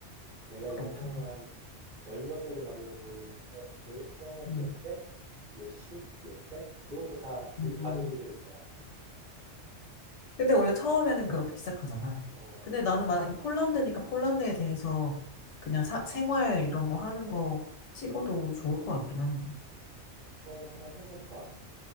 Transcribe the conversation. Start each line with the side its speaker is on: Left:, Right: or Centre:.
Right: 내가
Left: 그렇구나.
Right: 영상을 한 열몇 개를 만들어서 올렸는데 조회수가 뭐
Left: 음,
Right: 몇 백? 몇십? 몇 백? 그것도 다 우리
Left: 음,
Right: 가족이 들은 거야.
Left: 근데 원래 처음에는 그렇게 시작하잖아.
Right: 어,
Left: 근데 나는 만약에 폴란드니까 폴란드에 대해서 그냥
Right: 음,
Left: 사- 생활 이런 거 하는 거 찍어도
Right: 음.
Left: 좋을 것 같긴 한데.
Right: 그걸 한번 해볼까?